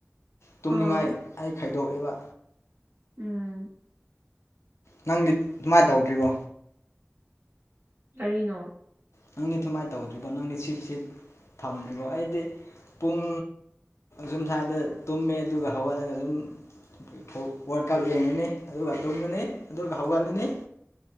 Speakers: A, on the left; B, on the right.
A: ꯇꯨꯝꯅꯤꯡꯉꯥꯏ
B: ꯑꯥ
A: ꯑꯩ ꯈꯥꯏꯗꯣꯛꯑꯦꯕ
B: ꯎꯝ
A: ꯅꯪꯗꯤ ꯑꯗꯨꯃꯥꯏꯅ ꯇꯧꯗ꯭ꯔꯤꯕꯣ
B: ꯀꯔꯤꯅꯣ
A: ꯅꯪꯗꯤ ꯁꯨꯃꯥꯏꯅ ꯇꯧꯗ꯭ꯔꯤꯕꯣ ꯅꯪꯗꯤ ꯁꯤꯞꯁꯤꯞ ꯊꯝꯗ꯭ꯔꯤꯕꯣ ꯑꯩꯗꯤ ꯄꯨꯡ ꯁꯨꯝ ꯁ꯭ꯋꯥꯏꯗ ꯇꯨꯝꯃꯦ ꯑꯗꯨꯒ ꯍꯧꯒꯠꯂꯒ ꯁꯨꯝ ꯑꯗꯒꯤ ꯋꯥꯔꯜ ꯀꯞ ꯌꯦꯡꯉꯅꯤ ꯑꯗꯨꯒ ꯇꯨꯝꯉꯅꯤ ꯑꯗꯨꯒ ꯍꯧꯒꯠꯂꯅꯤ